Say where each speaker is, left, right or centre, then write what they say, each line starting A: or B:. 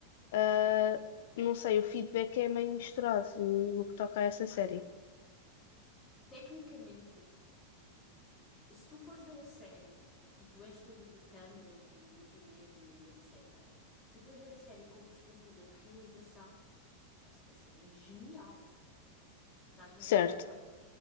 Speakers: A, on the left; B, on the left.
A: Ah, não sei, o feedback é meio misturado no no que toca a essa série.
B: Ah, não. Tecnicamente. Se tu fores ver a série, e, e tu és toda de câmaras e multimédia e etc., se fores ver a série com a perspectiva de realização, a, s- a série é genial. Sabes como
A: Certo.
B: é que ela foi feita?